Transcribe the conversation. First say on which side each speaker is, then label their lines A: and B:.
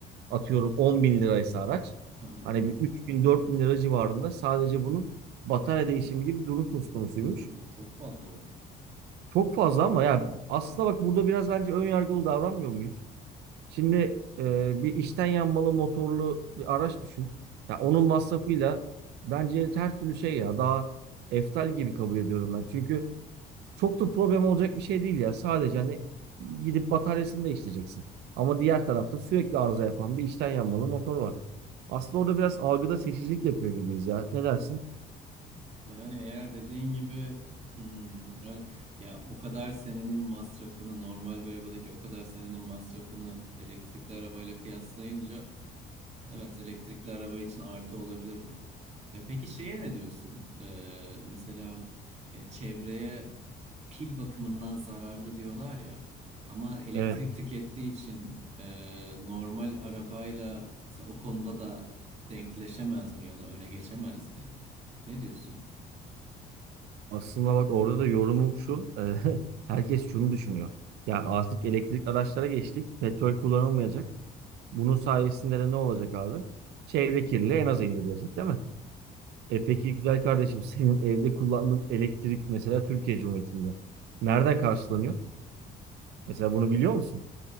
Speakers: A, on the right; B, on the right.
A: atıyorum 10 bin liraysa araç
B: Hı hı.
A: hani bir 3 bin 4 bin lira civarında sadece bunun batarya değişimi gibi bir durum söz konusuymuş.
B: Oo, çok fazla o.
A: Çok fazla ama ya aslında bak burada biraz bence ön yargılı davranmıyor muyuz? Şimdi e, bir içten yanmalı motorlu bir araç düşün. Ya onun masrafıyla bence her türlü şey ya daha eftal gibi kabul ediyorum ben. Çünkü çok da problem olacak bir şey değil ya. Sadece hani gidip bataryasını değiştireceksin. Ama diğer tarafta sürekli arıza yapan bir içten yanmalı motor var. Aslında orada biraz algıda seçicilik yapıyor gibiyiz ya. Ne dersin?
B: Yani eğer dediğin gibi hmm, evet ya o kadar senenin masrafını normal bir arabadaki o kadar senenin masrafını elektrikli arabayla kıyaslayınca evet elektrikli araba için artı olabilir bu. Ya peki şeye ne diyorsun? Ee, mesela ya çevreye pil bakımından zararlı diyorlar ya. Ama elektrik
A: Evet.
B: tükettiği için e, normal arabayla mesela o konuda da denkleşemez mi ya da öne geçemez mi? Ne diyorsun?
A: Aslında bak orada da yorumum şu. <laughs> e, herkes şunu düşünüyor. Ya artık elektrikli araçlara geçtik. Petrol kullanılmayacak. Bunun sayesinde de ne olacak abi? Çevre kirliliği en aza indirilecek değil mi? E peki güzel kardeşim senin evde kullandığın elektrik mesela Türkiye Cumhuriyeti'nde nereden karşılanıyor? Mesela bunu biliyor musun?